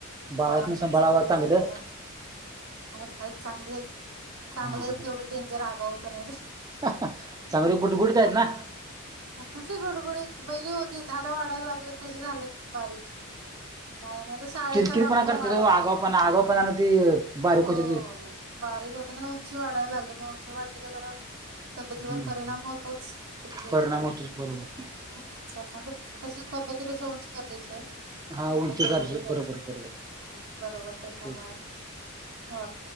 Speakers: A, on the right (about 15°); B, on the right (about 80°).
A: बाळासनी
B: पोरांचच
A: सांभाळावा
B: चाललेल
A: चांगलं
B: असत जरा. आहेत आहेत चांगली आहेत
A: हा
B: चांगले आहेत तेवढे डेंजर आगाऊ पण आहेत.
A: चांगली गुड -गुडतय आहेत ना.
B: कुठली गुडगुडीत पहिली होती आता वाढायला लागलेत तसे झालेत बारीक. नाही, आणि आता शाळेचा
A: किरकिरपणा
B: ताप पण
A: करते
B: वाढायला
A: तो आगावपणा
B: लागलं.
A: आगावपणानं ती बारीक
B: हो.
A: होते ती
B: बारीक होता पण उंची वाढायला लागली, मग उंची वाढली का जरा तब्येतीवर
A: हम्म
B: परिणाम
A: हम्म
B: होतोच, किती केलं
A: परिणाम
B: तरी.
A: होतो बरोबर
B: हम्म, त्याच्यान तशी तब्येतीपेक्षा उंची गरजेचीये.
A: हा
B: तब्येत
A: उंची
B: नाही
A: गरजे
B: एवढे
A: बरोबर
B: गरजेच,
A: बरोबर
B: बरोबर त्याच्यामुळे
A: तेच
B: हो,